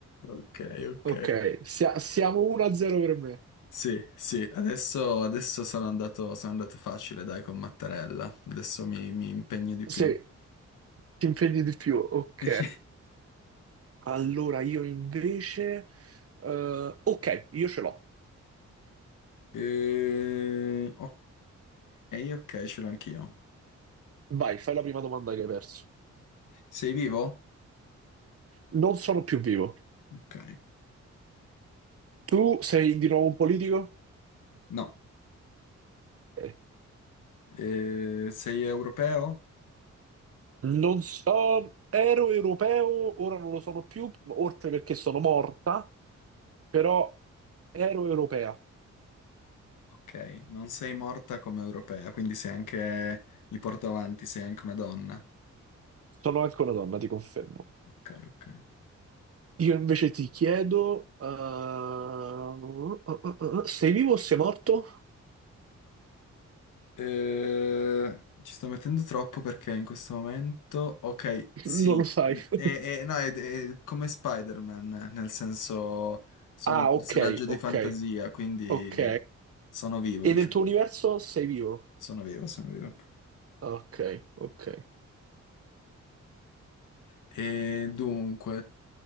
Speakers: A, on the left (about 90°); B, on the right (about 50°).
A: Ok, ok.
B: Ok, sia- siamo 1-0 per me.
A: Sì, sì, adesso, adesso sono andato, sono andato facile, dai, con Mattarella. Adesso mi, mi impegno di
B: Se
A: più.
B: ti impegni di più, ok.
A: <laughs>
B: Allora, io invece... eh, ok, io ce l'ho.
A: Eh, ok, ok, ce l'ho anch'io.
B: Vai, fai la prima domanda che hai perso.
A: Sei vivo?
B: Non sono più vivo.
A: Ok.
B: Tu sei di nuovo un politico?
A: No.
B: Ok.
A: Eh, sei europeo?
B: Non so, ero europeo, ora non lo sono più, oltre perché sono morta, però ero europea.
A: Ok, non sei morta come europea, quindi sei anche, mi porto avanti, sei anche una donna.
B: Sono anche una donna, ti confermo.
A: Ok, ok.
B: Io invece ti chiedo, eh, uh, uh, uh, sei vivo o sei morto?
A: Eh, ci sto mettendo troppo perché in questo momento, ok, sì,
B: Non lo sai. <laughs>
A: e, e- no, è, è come Spider-Man, nel senso sono
B: Ah,
A: un personaggio
B: ok,
A: di
B: ok,
A: fantasia, quindi
B: ok.
A: sono vivo,
B: E
A: diciamo,
B: nel tuo universo sei vivo?
A: sono vivo, sono vivo.
B: Ok, ok.
A: E dunque,